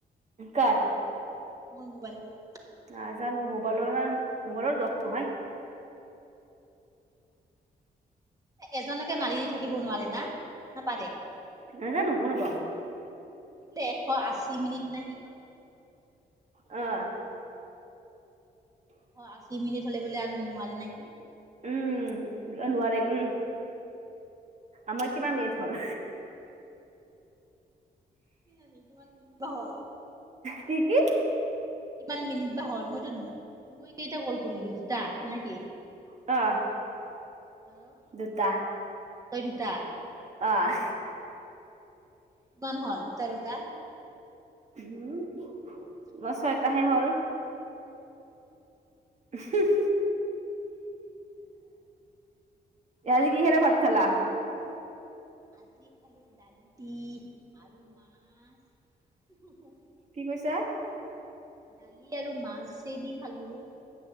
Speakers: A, on the right; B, on the right.
A: কাৰ?
B: মোৰ মোবাইলটো।
A: নাজানো, মোবাইলৰ মোবাইলৰ লগ নহয়।
B: এজনকে মাৰি থাকিব নোৱাৰে না, না পাৰে?
A: নাজানো গম নাপাওঁ
B: বোলে এশ আশী মিনিট না কি কয়?
A: অ।
B: অ', আশী মিনিট হলে বোলে আৰু নোৱাৰি নেকি?
A: উম' নোৱাৰি উম'। আমাৰ কিবা মিনিট হ'ল?
B: কি জানো কিমান মিনিট বা হল।
A: কি কি?
B: কিমান মিনিট বা হল, মইতো মই কেইটা কল কৰিলো, দুটা না কি?
A: আ।
B: হেল্ল?
A: দুটা।
B: তই দুটা।
A: অ'
B: কিমান হল টেনটা?
A: উম'
B: হ'ল
A: মোৰ ছয়তাহে হ'ল। <unintelligible> এ আজি কিহেৰে ভাত খালা?
B: আজি খালো দালি দি আৰু মাছ।
A: কি কৈছা?
B: দালি আৰু মাছ দি খালোঁ।